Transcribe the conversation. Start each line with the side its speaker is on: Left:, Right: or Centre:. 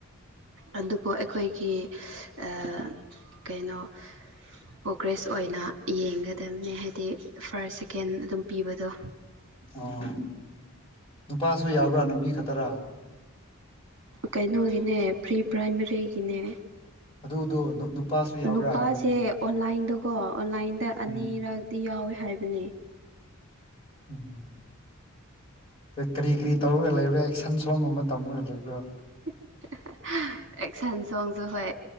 Right: ꯑꯗꯨꯕꯨ ꯑꯩꯈꯣꯏꯒꯤ ꯑꯥ ꯀꯩꯅꯣ ꯄ꯭ꯔꯣꯒ꯭ꯔꯦꯁ ꯑꯣꯏꯅ ꯌꯦꯡꯒꯗꯝꯅꯦ ꯍꯥꯏꯗꯤ ꯐꯥꯔꯁ ꯁꯦꯀꯦꯟ ꯑꯗꯨꯝ ꯄꯤꯕꯗꯣ꯫
Left: ꯑꯣ ꯅꯨꯄꯥꯁꯨ ꯌꯥꯎꯕ꯭ꯔꯥ ꯅꯨꯄꯤ ꯈꯛꯇꯔꯥ꯫
Right: ꯀꯩꯅꯣꯒꯤꯅꯦ ꯄ꯭ꯔꯤ ꯄ꯭ꯔꯥꯏꯃꯔꯤꯒꯤꯅꯦ꯫
Left: ꯑꯗꯨꯗꯣ ꯅꯨꯄꯥꯁꯨ ꯌꯥꯎꯕ꯭ꯔꯥ
Right: ꯅꯨꯄꯥꯁꯦ
Left: ꯍꯥꯏꯕꯅꯦ꯫
Right: ꯑꯣꯟꯂꯥꯏꯟꯗꯀꯣ ꯑꯣꯟꯂꯥꯏꯟꯗ ꯑꯅꯤꯔꯛꯗꯤ
Left: ꯎꯝ
Right: ꯌꯥꯎꯋꯦ ꯍꯥꯏꯕꯅꯦ꯫
Left: ꯎꯝ ꯀꯔꯤ ꯀꯔꯤ ꯇꯧꯔꯒ ꯂꯩꯕ꯭ꯔꯥ ꯑꯦꯛꯁꯟ ꯁꯣꯡꯒꯨꯝꯕ ꯇꯝꯃꯒ ꯂꯩꯕ꯭ꯔꯣ꯫
Right: <unintelligible> ꯑꯦꯛꯁꯟ ꯁꯣꯡꯁꯨ ꯍꯣꯢ